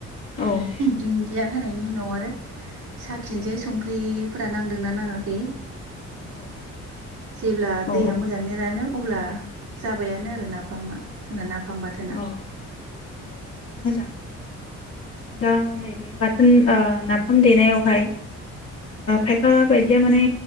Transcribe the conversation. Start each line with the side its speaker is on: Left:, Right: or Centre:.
Left: औ
Right: दुनदिया होनायनि उनाव आरो साखिसै संख्रिफोरा नांदोंना नाङाखै
Left: औ
Right: जेब्ला
Left: औ
Right: दैया मोजाङैनो रानो अब्ला जाबायानो आरो नाफामा जोंना नाफाम बाथोना
Left: औ अ जोबोर मोजां दा नैबे बाथोन ओ नाफाम देनायावहाय खायफा बायदिया माने